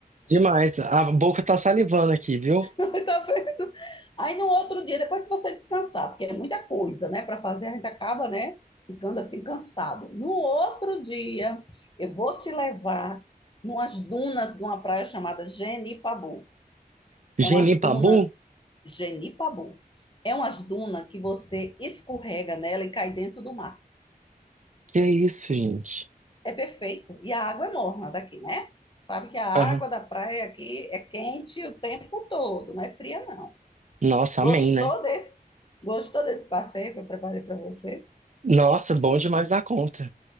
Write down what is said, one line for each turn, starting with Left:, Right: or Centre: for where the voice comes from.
Right: demais. A boca tá salivando aqui, viu?
Left: <laughs> Tá vendo? Aí no outro dia, depois que você descansar, porque é muita coisa, né, para fazer, a gente acaba, né, ficando assim cansado. No outro dia, eu vou te levar numas dunas de uma praia chamada Genipabu. É
Right: Genipabu?
Left: umas dunas Genipabu. É umas dunas que você escorrega nela e cai dentro do mar.
Right: Que isso, gente.
Left: É perfeito. E a água é morna daqui, né? Sabe que a água
Right: Aham.
Left: da praia aqui é quente o tempo todo, não é fria, não.
Right: Nossa,
Left: Gostou
Right: amém, né?
Left: desse, gostou desse passeio que eu preparei para você?
Right: Nossa, bom demais da conta.